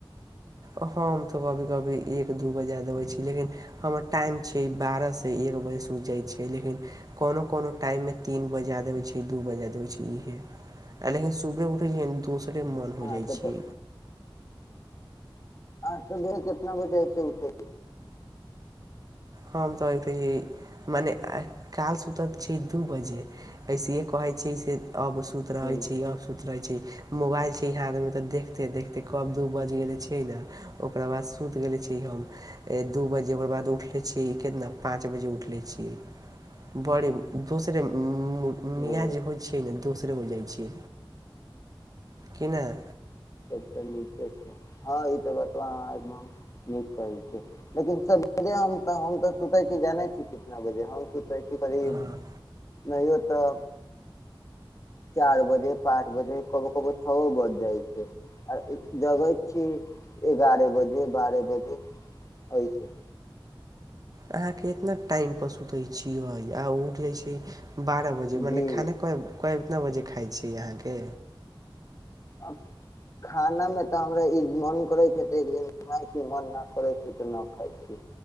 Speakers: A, on the right; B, on the left.
A: हँ हम तऽ कभी कभी एक दू बजे देबैत छीियै लेकिन हमर टाइम छैिय बारहसँ एक बजे सुति जाइत छियै लेकिन कोनो कोनो टाइममे तीन बजेा देबैत छियै दू बजे देबैत छीियै इहे लेकिन सुबहे उठैत छिय दोस ओरे मन
B: अहाँके
A: हो जाइ छै।
B: तऽ आ सुबह कितना बजेे उठै
A: हम तऽ उठै छी मने काल सुतत छी दू बजे वइसे कहैत छी से अब सुत रहै
B: ह्म
A: छै अब सु रह छै मोबाइल छै यहाँ आ त देखते देखते कब दू बज गेले छियै ने ओकरा बाद सुति गेले छीै हम दू बजे ओकर बाद उठले छीिय। कितना पाँच बजे उठले छियै ब दोसर मियाँ
B: ओ
A: जे होइ छियै ने दोसरे हो जाइ छ। कि नहि।
B: हँ ई त बत कह छै लेकिन हम तऽ हम तऽ सुतै जानै छ छी कितना बजे ह कै छी कही
A: हँ
B: नहियो तऽ चार बजे पाँच बजे कभो कभो छओ बज जाइ छै। आ जगै छी एगारह बजे बारह बजे एहिऐस।
A: अहाँके इतना टाइमपर सुतै छिय आ उठ जाइ छै बारह बजे मने
B: जी
A: खाना क कितना बजे खाइ छिय अहाँके।
B: आब खानामे तऽ हमरा ई मन करै छै तऽ एक दिन खाइ छी मन नहि करै छै तऽ नहि खाइ छी